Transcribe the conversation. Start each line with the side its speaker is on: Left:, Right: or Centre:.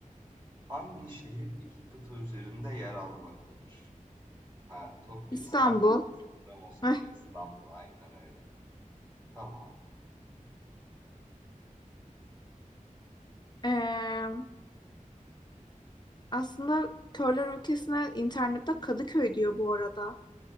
Right: Hangi şehir iki kıta üzerinde yer almaktadır? Ha, Tokyo,
Left: İstanbul.
Right: İstanbul, Moskova,
Left: Eh,
Right: İstanbul. Aynen öyle. Tamam.
Left: eee, aslında körler ülkesine internette Kadıköy diyor bu arada.